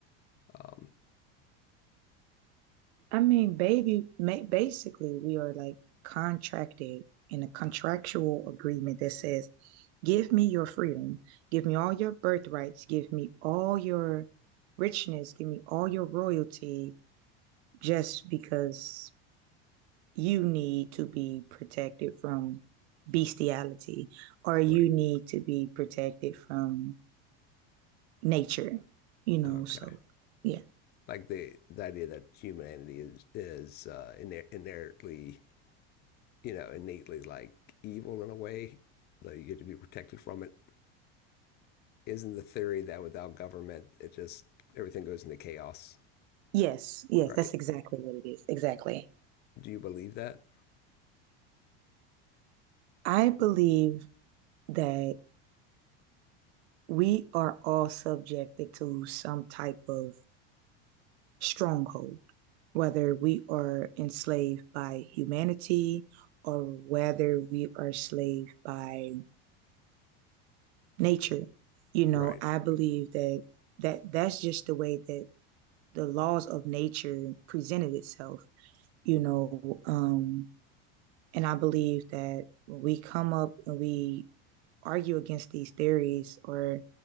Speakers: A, on the left; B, on the right.
A: Um,
B: I mean, baby, basically, we are like contracted in a contractual agreement that says, give me your freedom, give me all your birthrights, give me all your richness, give me all your royalty just because you need to be protected from bestiality or you
A: right.
B: need to be protected from nature, you know.
A: Okay.
B: So, yeah.
A: Like the the idea that humanity is is uh, inherently, you know, innately like evil in a way that you get to be protected from it. Isn't the theory that without government, it just everything goes into chaos,
B: Yes, yes,
A: right?
B: that's exactly what it is. Exactly.
A: Do you believe that?
B: I believe that we are all subjected to some type of stronghold, whether we are enslaved by humanity or whether we are enslaved by nature. You know,
A: Right.
B: I believe that that that's just the way that the laws of nature presented itself. You know, um, and I believe that when we come up and we argue against these theories or